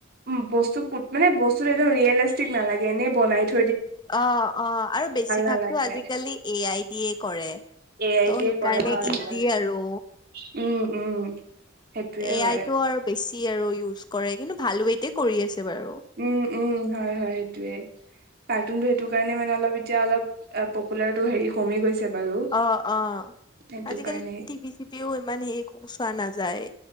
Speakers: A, on the right; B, on the left.
A: উম, বস্তু পু মানে বস্তুত একদম ৰিয়েলিষ্টিক নালাগে এনেই বনাই থ
B: অ, অ আৰু বেছিভাগতো
A: নালাগে
B: আজিকালি এ আই ডি এ কৰে
A: এ আই
B: ত'
A: দিয়ে
B: সেইকাৰণে
A: কৰে হয়
B: ইজি
A: হয়
B: আৰু
A: উম, উম। সেইটোয়ে
B: এ
A: হয়
B: আইটো আৰু বেছি। আৰু ইউজ কৰে কিন্তু ভাল ৱেইট কৰি আছে। বাৰু
A: উম, উম, হয়-হয় সেইটোৱে। কাৰ্টনটো সেইটো কাৰণে মানে অলপ এতিয়া অলপ পপুলাৰ টো হেৰি কমি গৈছে। বাৰু
B: অ' অ'
A: সেইটো
B: আজিকালি
A: কাৰণে
B: টি ভি চিভিও ইমান হেৰি চোৱা নাযায়।